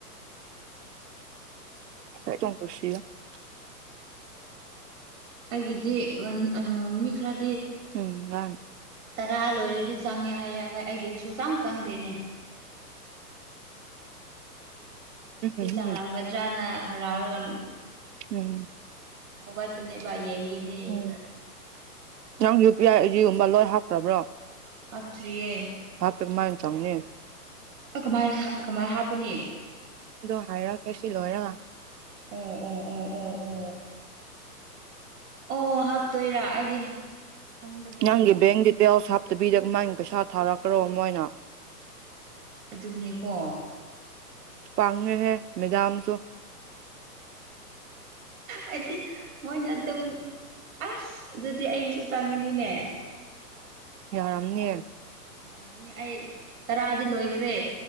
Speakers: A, on the right; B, on the right.
A: <unintelligible>
B: ꯑꯩꯒꯤꯗꯤ ꯋꯥꯟ ꯎꯡ ꯃꯤ ꯈꯔꯗꯤ
A: ꯎꯝ ꯉꯥꯟ
B: ꯇꯔꯥ ꯂꯣꯏꯔꯗꯤ ꯆꯪꯉꯦ ꯍꯥꯏꯌꯦ ꯑꯩꯈ‌ꯣꯏ ꯑꯩꯒꯤꯗꯤ ꯁꯨ ꯁꯨꯆꯥꯡ ꯆꯥꯡꯗꯦꯅꯦ
A: ꯎꯝ
B: ꯑꯁꯤ ꯆꯥꯡꯉꯂꯝꯒꯗ꯭ꯔꯥꯅ
A: ꯎꯝ
B: ꯍꯔꯥꯎꯔꯒ
A: ꯎꯝ
B: ꯍꯧꯒꯠ ꯕꯥꯅꯦꯕ ꯌꯦꯡꯒꯦ ꯒꯦꯅ ꯌꯦꯡꯕꯗ
A: ꯎꯝ ꯅꯪ ꯌꯨ ꯄꯤ ꯑꯥꯏ ꯑꯥꯏꯗꯤꯒꯨꯝꯕ ꯂꯣꯏ ꯍꯥꯞꯈ꯭ꯔꯕ꯭ꯔꯣ
B: ꯍꯥꯞꯇꯔ꯭ꯤꯌꯦ
A: ꯆꯧꯅꯦ
B: ꯀꯃꯥꯏ ꯀꯃꯥꯏꯅ ꯍꯥꯞꯄꯅꯤ
A: ꯗꯣ ꯍꯥꯏꯔ ꯀꯦꯁꯤ ꯂꯣꯏꯔꯒ
B: ꯎꯝ ꯎꯝ ꯎꯝ ꯎꯝ ꯎꯝ ꯑꯣ ꯍꯥꯞꯇꯣꯏꯔꯥ ꯑꯩꯗꯤ ꯈꯪꯗꯕꯒꯤ
A: ꯅꯪꯒꯤ ꯕꯦꯡ ꯗꯤꯇꯦꯜ ꯆꯕꯤꯗꯒ ꯃꯥꯏꯒꯤ ꯄꯩꯁꯥ ꯊꯥꯔꯛꯀ꯭ꯔꯔꯣ ꯃꯣꯏꯅ
B: ꯑꯗꯨꯅꯦꯀꯣ
A: ꯄꯥꯡꯉꯦ ꯍꯦ ꯃꯦꯗꯥꯝꯁꯨ
B: ꯍꯥꯏꯗꯤ ꯃꯣꯏ ꯅꯠꯇꯗ ꯑꯁ ꯑꯗꯨꯗꯤ ꯑꯩꯁꯨ ꯆꯪꯉꯥꯅꯤꯅꯦ
A: ꯌꯥꯔꯝꯅꯤ
B: ꯌꯥꯔꯝꯅꯤ ꯑꯩ ꯇꯔꯥꯗꯤ ꯂꯣꯏꯈ꯭ꯔꯦ